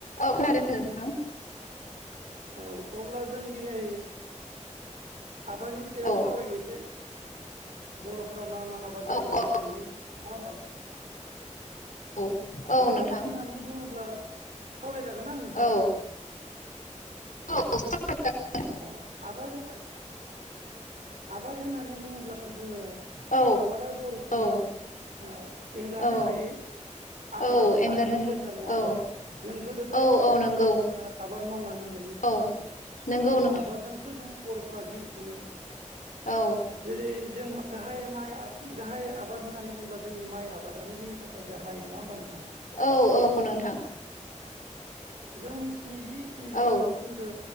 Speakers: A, on the left; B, on the right.
A: औ खोनादों नोंथां।
B: औ अब्ला जों दिनै आबादनि सायाव
A: औ
B: सावरायनोसै? बर'फो रा मा मा आबाद
A: औ
B: मावनानै जायो नङा होमबा
A: औ औ औ
B: आबाद
A: नोंथां
B: होननानै बुङोब्ला सावरायजागोन ना आं नोंथांजों?
A: औ <unintelligible>
B: अ आबाद होनना आबाद होननानै बुङोब्लाथ' जोङो
A: औ
B: आबादा बर'फोरनि
A: औ
B: ओ एंगारनो
A: औ
B: हायै आ-आ-आरिमु
A: औ एंगारनो हायो
B: बायसा नङा होमबा जों गोदो
A: औ
B: गोदायनिफ्रायनो
A: औ औ नंगौ
B: बर'फोरा आबाद मावनानै जायो ओ
A: औ नंगौ नोंथां
B: आबादजोंसो जों बर'फ्रा जिउ खुङो।
A: औ
B: जेरै जों गाहाय माइ गाहाय आबाद होननानै बुङोब्ला जोंनि माइ आबादानो जोंनि थाखाय गाहाय नङा होनोमबा नों
A: औ औ नोंथां।
B: जों स्निजि सिनिजिबा
A: औ
B: जौखोन्दो